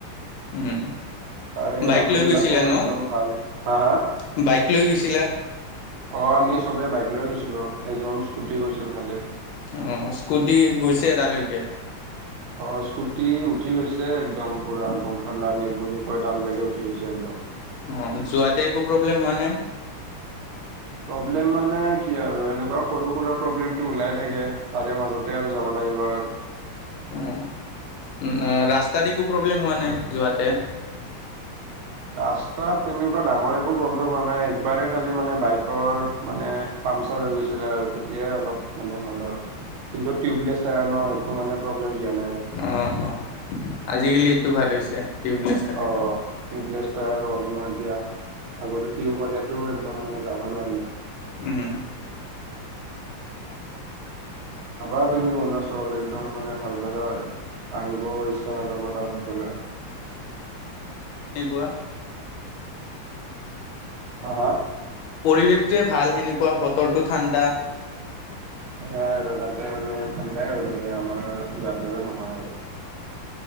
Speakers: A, on the left; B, on the right.
A: উম
B: তাৰে
A: বাইক
B: মানুহ
A: লৈ
B: বিলাকো
A: গৈছিলাঁ ন
B: একদম ভাল হা হা
A: বাইক লৈ গৈছিলাঁ?
B: অ আমি চবে বাইক লৈ গৈছিলোঁ এজন স্কুটি গৈছিল খালি।
A: অঁ স্কুটি গৈছে এ তাৰলৈকে।
B: অ স্কুটি উঠি গৈছে একদম পুৰা গংশালা লেখ বুলি কয় তাৰ লৈকে উঠি গৈছে একদম।
A: অঁ যোৱাতে একো প্ৰব্লেম হোৱা নাই?
B: প্ৰব্লেম মানে কি আৰু এনেকুৱা সৰু সুৰা প্ৰব্লেমটো উলাই থাকে তাৰে মাজতে আৰু যাব লাগিব আৰু।
A: অ ৰাস্তাত একো প্ৰব্লেম হোৱা নাই যোৱাতে?
B: ৰাস্তাত তেনেকুৱা ডাঙৰ একো প্ৰব্লেম হোৱা নাই একবাৰে খালি বাইকৰ মানে পামচাৰ হৈ গৈছিলে আৰু তেতিয়াই অলপ মানে হ'ল আৰু। কিন্তু টিউবলেছ টায়াৰ ন একো মানে প্ৰব্লেম দিয়া নাই। আৰু
A: অঁ অঁ আজিকালি এইটো ভাল হৈছে। টিউবলেছ টায়াৰৰ
B: অ টিউবলেছ টায়াৰ হ'ল ন এতিয়া আগতে টিউব হ'লে এইটো একদম মানে যাব নোৱাৰিলে।
A: উম।
B: যাবা তুমি অৰুণাচললে একদম মানে ভাল জাগা হয়। আহিব ইচ্ছা নাযাব তাত গ'লে।
A: <inaudible>
B: হা হা?
A: পৰিৱেশটোৱে ভাল সেনেকুৱা বতৰটো ঠাণ্ডা।
B: সেয়াই আৰু তাতে মানে ঠাণ্ডাই হৈ থাকে আমাৰ ইয়াৰ দৰে নহয় আৰু।